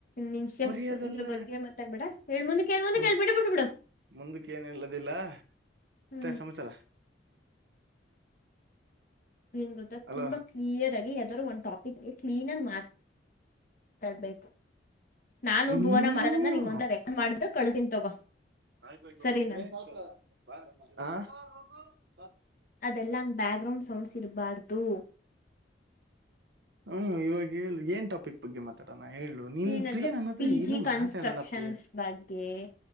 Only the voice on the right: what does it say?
ಹೊರಿಯೋದಲ್ಲ
ಹ
ಮುಂದಕ್ಕೆ ಏನಲ್ಲದಿಲ್ಲತ್ತ
ಸಂಚಾರ
ಹಲೋ
ಹ್ಮ್
ನಾಯ್ತುಯ್ಕ
<unintelligible>
ಹ್ಮ್ ಇವಾಗ ಏನ್ ಟಾಪಿಕ್ ಬಗ್ಗೆ ಮಾತಾಡೋಣ ಹೇಳು ನಿನ್
ಪ್ರಿಯ ನನ್ನ ಹತ್ರ
ಏನು
ಮಾತಾಡಲ್ಲ ಪ್ರಿಯ